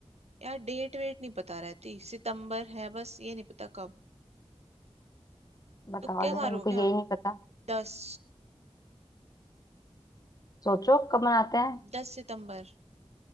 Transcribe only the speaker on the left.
बताओ
जरा
इनको
यही नहीं पता
सोचो कब मनाते हैं